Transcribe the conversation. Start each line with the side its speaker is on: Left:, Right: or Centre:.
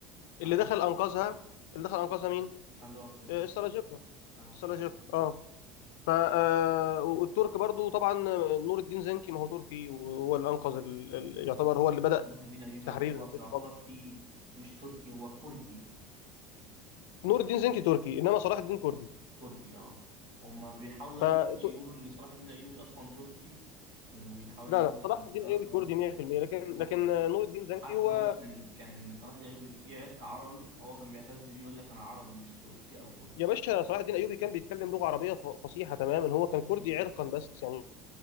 Left: اللي
Right: عارف
Left: دخل انقذها اللي دخل انقذها مين
Right: علو أرسنال
Left: آه، السلاجقه
Right: آه
Left: السلاجقه
Right: صراحة
Left: اه ف آه، والترك برضو طبعا نور الدين زنكي ما هو تركي وهو اللي انقذ ال... ال-
Right: بالظبط
Left: يعتبر هو اللي بدأ
Right: صلاح الدين أيوبي
Left: تحرير
Right: يعتبر
Left: البيت
Right: يعتبر
Left: المقدس
Right: فيه مش تركي هو كردي
Left: نور الدين زنكي تركي انما صلاح الدين كردي
Right: كردي اه هما بيحاولوا دلوقتي
Left: ف
Right: إن هم
Left: ت-
Right: يقولوا إن صلاح الدين أيوبي أصلا تركي وبيحاولوا
Left: لا
Right: إن هم
Left: لا
Right: يقنعوا
Left: صلاح الدين ايوبي
Right: سواء
Left: كردي 100% لكن
Right: هو
Left: لكن
Right: كردي
Left: آه، نور الدين زنكي
Right: حتى
Left: هو
Right: هو كان كان صلاح دين الايوبي فيه عرق عربي فهو كان بيعتز بيه يقول لك انا عربي مش تركي او كردي
Left: يا باشا صلاح الدين ايوبي كان بيتكلم لغه عربيه ف- فصيحه تماما هو كان كردي
Right: مم.
Left: عرقا بس يعني